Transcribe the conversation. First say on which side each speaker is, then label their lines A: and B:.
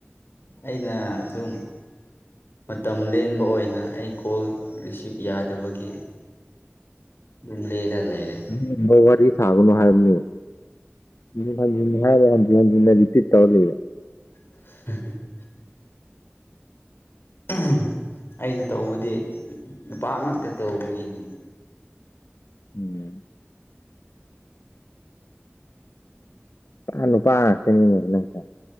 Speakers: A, on the left (about 55°); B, on the left (about 85°).
A: ꯑꯩꯅ ꯑꯗꯨꯝ ꯃꯇꯝ ꯂꯦꯟꯕ ꯑꯣꯏꯅ ꯑꯩ ꯀꯣꯜ ꯔꯤꯁꯤꯞ ꯌꯥꯗꯕꯒꯤ <unintelligible> ꯂꯩꯔꯦ
B: ꯎꯝ ꯃ ꯋꯥꯔꯤ ꯁꯥꯒꯅꯨ ꯍꯥꯏꯕꯅꯦ ꯍꯟꯖꯤ ꯍꯟꯖꯤ ꯍꯥꯏꯔꯦ ꯍꯟꯖꯤ ꯍꯟꯖꯤꯅ ꯔꯤꯄꯤꯠ ꯇꯧꯔ ꯂꯩꯔꯦ
A: <unintelligible> <unintelligible> ꯑꯩꯅ ꯇꯧꯕꯗꯤ ꯅꯨꯄꯥ ꯉꯥꯛꯇ ꯇꯧꯕꯒꯤꯅꯤ
B: ꯎꯝ ꯄꯨꯔꯥ ꯅꯨꯄꯥ ꯉꯥꯛꯇꯅꯤꯅꯦ ꯅꯪꯁꯦ